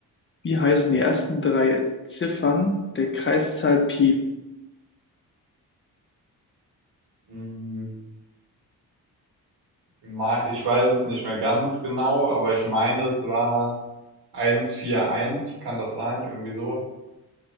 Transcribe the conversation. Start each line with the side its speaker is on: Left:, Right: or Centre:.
Left: wie heißen die ersten drei Ziffern der Kreiszahl Pi?
Right: Hm, mei- Ich weiß es nicht mehr ganz genau, aber ich meine, es war 141, kann das sein? Irgendwie sowas.